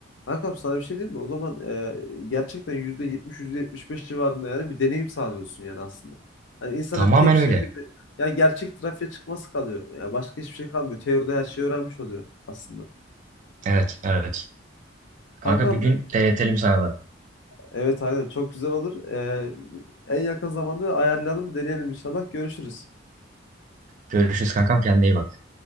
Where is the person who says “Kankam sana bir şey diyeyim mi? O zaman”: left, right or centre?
Left